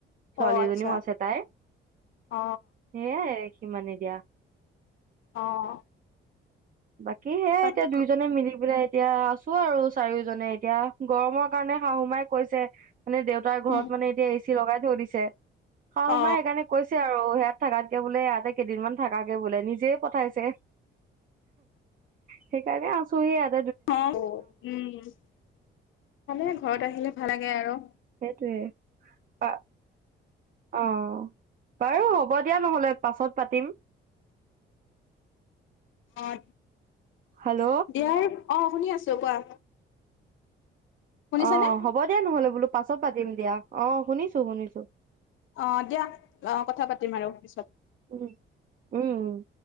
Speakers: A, on the right; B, on the left.
A: ছোৱালী
B: অ আচ্ছা
A: এজনীও আছে তাই
B: অ
A: সেয়াই। সিমানে দিয়া
B: অ',
A: বাকী সেয়াই
B: বাকী
A: এতিয়া দুইজনে
B: ক
A: মিলি পেলাই এতিয়া আছো আৰু চাৰিওজনে। এতিয়াৰ গৰমৰ কাৰণে শাহুমাই কৈছে মানে দেউতাৰ ঘৰত
B: উম
A: মানে এতিয়া এ চি লগাই থৈ দিছে শাহু
B: অ
A: মাই সেইকাৰণে কৈছে আৰু ইয়াত থাকাতকে বোলে ইয়াতে কেইদিনমান থাকাকে বোলে নিজে পঠাইছে। সেইকাৰণে আছুহি ইয়াত।
B: অ' উম। ভালে, ঘৰত আহিলে ভাল লাগে আৰু।
A: সেইটোৱে। অ'। অ' বাৰু হ'ব দিয়া নহ'লে পাছত পাতিম।
B: <inaudible> অ'
A: হেল্ল'
B: দিয়া আৰু অ শুনি আছো কোৱা? শুনিছানে
A: অ' হ'ব দিয়া নহলে বোলো পাছত পাতিম দিয়া অ শুনিছো-শুনিছো।
B: অ' দিয়া অ' কথা পাতিম আৰু পিছত।
A: উম উম। উম।